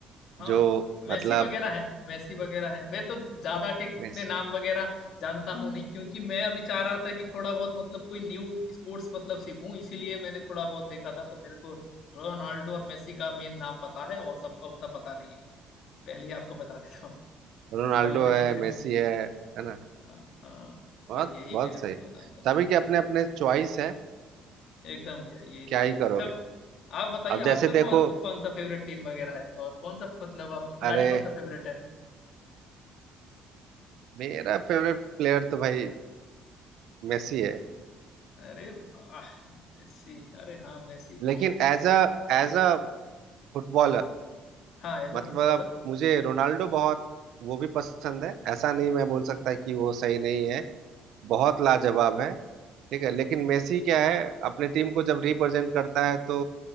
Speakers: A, on the left (about 60°); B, on the right (about 70°).
A: हाँ
B: जो
A: मैसी
B: मतलब
A: वगैरह है मैसी वगैरह है मैं तो ज्यादा के
B: मेसी
A: उतने नाम वगैरह जानता हूँ नहीं क्योंकि मैं अभी चाह रहा था कि थोड़ा बहुत मतलब कोई न्यू स्पोर्ट्स मतलब सीखूं इसीलिए मैंने थोड़ा बहुत देखा था तो मेरे को रोनाल्डो और मेसी का मेन नाम पता है और सबका उतना पता नहीं है पहले ही आपको बता देता हूँ
B: रोनाल्डो
A: नॉलेज अभी
B: है
A: मेरे को
B: मेसी
A: भी
B: है है ना
A: हाँ हाँ
B: बहुत
A: तो यही
B: बहुत
A: मेरे को
B: सही
A: दो नाम पता
B: सभी के अपने अपने चॉइस है
A: एकदम भैया यही तो
B: क्या
A: है
B: ही करोगे
A: अच्छा आप बताइए
B: अब जैसे
A: आपका
B: देखो
A: कौन कौन सा फेवरेट टीम वगैरह है और कौन सा मतलब आपका खिलाड़ी
B: अरे
A: कौन सा फेवरेट है
B: मेरा फेवरेट प्लेयर तो भाई मेसी है
A: अरे वाह मेसी अरे हाँ मेसी बहुत
B: लेकिन as a as a footballer
A: हाँ एज अ
B: मतलब
A: फुटबॉलर
B: मुझे रोनाल्डो बहुत वो भी पसंद है ऐसा नहीं मैं बोल सकता कि वो सही नहीं है बहुत लाजवाब है ठीक है लेकिन मेसी क्या है अपने टीम को जब रिप्रेजेंट करता है तो